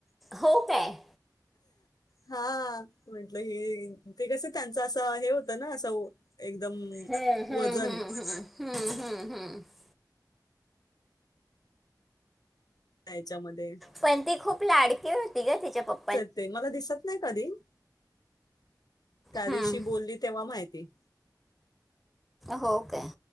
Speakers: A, in the centre; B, on the left.
A: हो काय.
B: हा म्हटलं हे, ते कस त्यां ं हे होत ना असं एकदम
A: हम्म हम्म
B: वजन.
A: हम्म हम्म हम्म हम्म
B: याच्यामध्ये
A: पण ती खूप लाडकी होती गं तिच्या पप्पा
B: चं ते मला दिसत नाही कधी, त्या
A: हम्म
B: दिवशी बोलली तेव्हा माहिती.
A: हो काय?